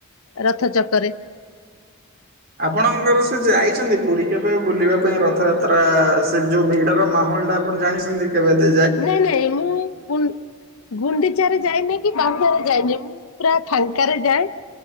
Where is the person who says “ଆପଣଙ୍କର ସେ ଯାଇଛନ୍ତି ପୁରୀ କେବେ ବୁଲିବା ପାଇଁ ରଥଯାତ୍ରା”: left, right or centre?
Right